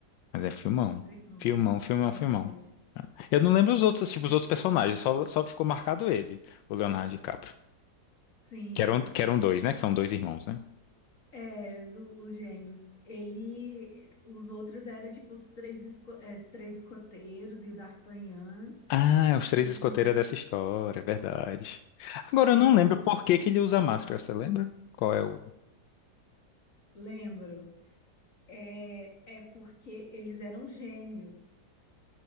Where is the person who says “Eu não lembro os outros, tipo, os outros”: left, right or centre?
Left